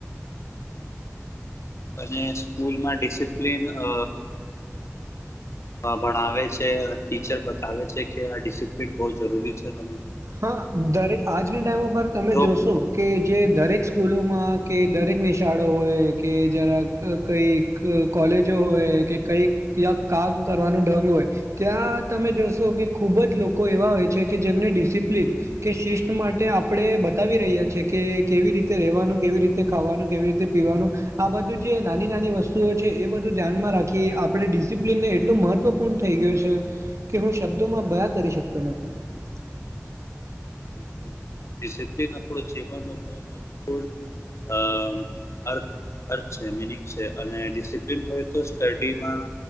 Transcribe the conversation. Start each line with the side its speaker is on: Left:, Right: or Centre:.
Left: અને સ્કૂલમાં ડિસિપ્લન અ
Right: <inaudible>
Left: ભણાવે છે અને ટીચર બતાવે છે કે આ ડિસિપ્લિન બહ જરૂરી છે ત
Right: હા દરે આજની ટાઈમ પર તમે
Left: જો
Right: જોશો કે જે દરેક સ્કૂલોમાં કે દરેક નિશાળો હોય કે જરા કઈક કોલેજો હોય કે કંઈક ત્યાં કામ કરવાનું ઢંગ હોય. ત્યાં તમે જોશો કે ખુબ જ લોકો એવા હોય છે કે જેમને ડિસિપ્લિન કે શિસ્ટ માટે આપણે બતાવી રહ્યા છીએ કે કેવી રીતે રહેવાનું, કેવી રીતે ખાવાનું, કેવી રીતે પીવાનું આ બધું જે નાની-નાની વસ્તુઓ છે એ બધું ધ્યાનમાં રાખીયે આપણે ડિસિપ્લિનને એટલું મહત્વ મહત્વપૂર્ણ થઈ ગયું છે કે હું શબ્દોમાં બયા કરી શકતો નથી. <inaudible>
Left: બિલકુલ ડિસિપ્લિન આપડું જીવનન કો મહત્વપૂર્ણ અ અર્થ અર્થ છે. મિનિંગ છે અને ડિસિપ્લિન ડિસિપ્લિન હોય તો જ સ્ટડીમાં